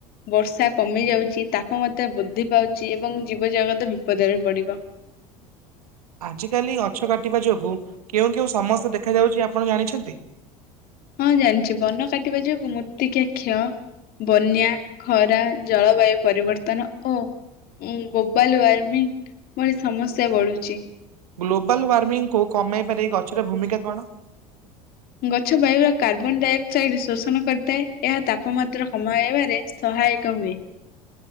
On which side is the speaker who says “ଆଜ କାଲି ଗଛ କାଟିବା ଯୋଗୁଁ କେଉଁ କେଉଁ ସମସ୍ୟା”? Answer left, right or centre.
Right